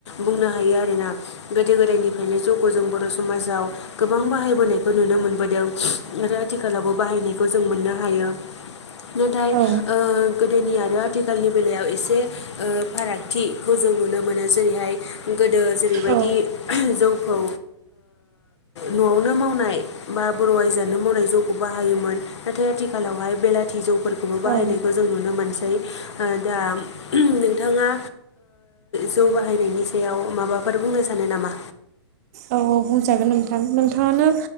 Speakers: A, on the left; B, on the right.
A: बुंनो हायो आरोना गोदो गोदायनिफ्रायनो जौखौ जों बर' समाजाव गोबां बाहायबोनायखौ नुनो मोनबोदों आरो आथिखालावबो बाहायनायखौ जों मोननो हायो। नाथाय
B: औ
A: गोदोनि आरो आथिखालनि बेलायाव एसे फारागथिखौ जों नुनो मोनो जेरैहाय गोदो जेरैबायदि
B: औ
A: जौखौ न'आवनो मावनाय बा बर' आयजोआनो मावनाय जौखौ बाहायोमोन नाथाय आथिखालावहाय बेलाथि जौफोरखौबो बाहायनायखौ
B: औ
A: जों नुनो मोनसै दा नोंथाङा जौ बाहायनायनि सायाव माबाफोर बुंनो सानो नामा?
B: औ औ बुंजागोन नोंथां नोंथाङानो